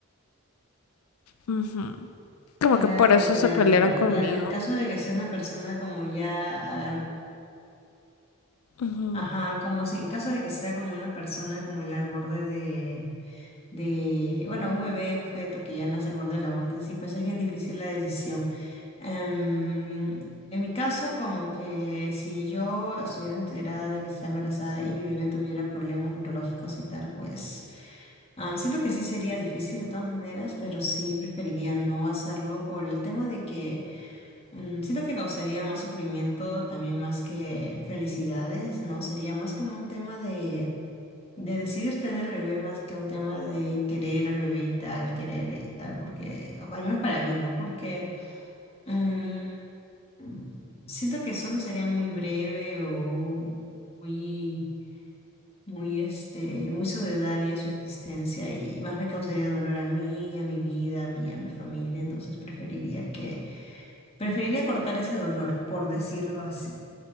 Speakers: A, on the left; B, on the left.
A: Ujú. Como
B: Claro,
A: que por eso
B: claro,
A: se pelearon
B: claro,
A: conmigo.
B: claro. En caso de que sea una persona como ya, ah,
A: Ujú.
B: ajá, como si, en caso de que sea como una persona como ya al borde de, de, bueno, un bebé, un feto que ya nace al borde de la muerte, sí, pues es bien difícil la decisión. Em, en mi caso, como que si yo estuviera enterada de que está embarazada y mi bebé tuviera problemas neurológicos y tal, pues... Ah, siento que sí sería difícil de todas maneras, pero sí preferiría no hacerlo por el tema de que mm, siento que causaría más sufrimiento también más que felicidades, ¿no? Sería más como un tema de, de decidir tener el bebé más que un tema de querer al bebé y tal, querer y tal, porque, o al menos para mí, ¿no? Porque mm, mm, siento que solo sería muy breve o muy muy, este, muy sucedánea su existencia y más me causaría dolor a mí, a mi vida, a mí, a mi familia, entonces preferiría que, preferiría cortar ese dolor, por decirlo así.